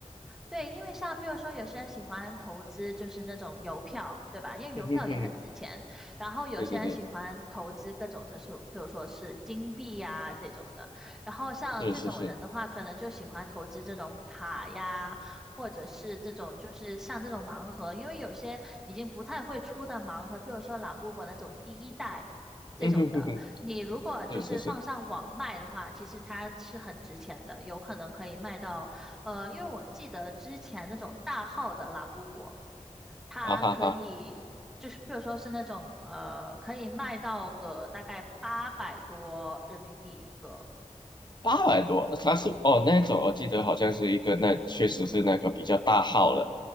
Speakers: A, in the centre; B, on the left (about 40°).
A: 对，因为像譬如说，有些人喜欢投资就是那种邮票，对吧？因为邮票也很值钱。
B: 嗯哼哼，
A: 然后有些人喜欢投资各种的数，
B: 对对对，
A: 譬如说是金币呀、这种的。然后像这种人的话，
B: 是是是，
A: 可能就喜欢投资这种卡呀，或者是这种就是像这种盲盒，因为有些已经不太会出的盲盒，譬如说拉布布那种第一代。这种的，
B: 嗯哼哼哼，
A: 你如果就是放上网卖的话，
B: 是是是，
A: 其实它是很值钱的，有可能可以卖到呃，因为我记得之前那种大号的拉布布，它可以就是比如说是那种呃，
B: 啊哈哈，
A: 可以卖到个大概八百多人民币一个。
B: 八百多，它是哦那种，我记得好像是一个那确实是那个比较大号了，